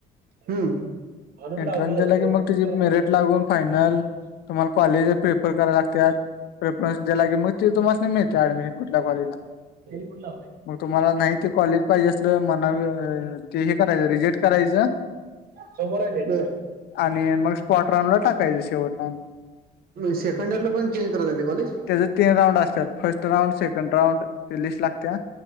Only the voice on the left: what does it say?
एंट्रन्स
दिला
की मग
त्याची
मेरिट
लागून फायनल
तुम्हाला कॉलेज प्रिपेअर करायला लागत्यात. प्रेफरन्स दिला की मग ते तुम्हासनी मिळते ऍडमिशन कुठल्या कॉलेजला
मग तुम्हाला नाही ते कॉलेज पाहिजे असल. मना ते हे करायचं रिजेक्ट करायचं.
आणि मग स्पॉट राऊंडला टाकायचं शेवटला आणि
त्याचे तीन राऊंड असतात. फर्स्ट राऊंड, सेकंड राऊंड ते लिस्ट लागत्या.